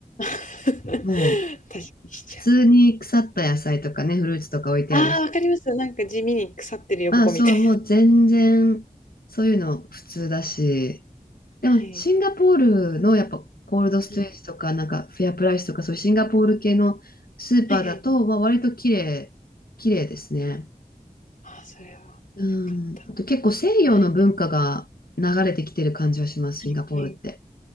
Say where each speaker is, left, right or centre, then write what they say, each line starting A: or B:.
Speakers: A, on the left; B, on the left.
A: <laughs> 確かにしちゃう。
B: もう、普通に腐った野菜とかね、フルーツとか置いてあるし。
A: ああ、わかります。なんか地味に腐ってるよ、
B: まあそう、
A: ここみたい
B: もう全然、そういうの普通だし、でも、
A: な。はい。
B: シンガポールのやっぱコールドストレージとか、
A: はい。
B: なんかフェアプライスとか、そういうシンガポール系のスーパーだと、
A: はいはい。
B: まあ、割と綺麗、綺麗ですね。
A: ああ、それは良かった。
B: うん。あと結構西洋の文化が流れてきてる感じはします、
A: はいはいはい。
B: シンガポールって。